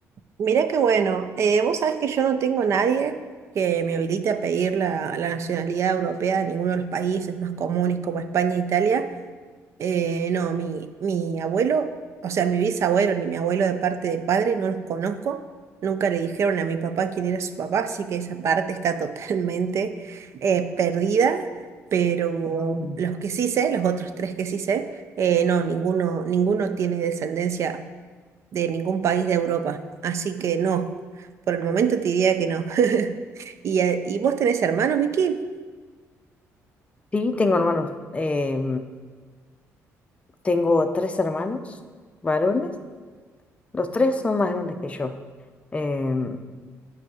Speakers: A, on the right (about 55°); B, on the left (about 20°).
A: Mirá qué bueno. Eh, vos sabés que yo no tengo nadie que me habilite a pedir la, la nacionalidad europea de ninguno de los países más comunes como España e Italia. Eh, no, mi, mi abuelo, o sea, mi bisabuelo ni mi abuelo de parte de padre no los conozco. Nunca le dijeron a mi papá quién era su papá, así que esa parte está <laughs> totalmente eh, perdida. Pero
B: Mm.
A: los que sí sé, los otros tres que sí sé, eh, no, ninguno, ninguno tiene descendencia de ningún país de Europa. Así que no, por el momento te diría que no. <laughs> ¿Y, eh, y vos tenés hermanos, Vicky?
B: Sí, tengo hermanos. eh, tengo tres hermanos varones. Los tres son más grandes que yo. em,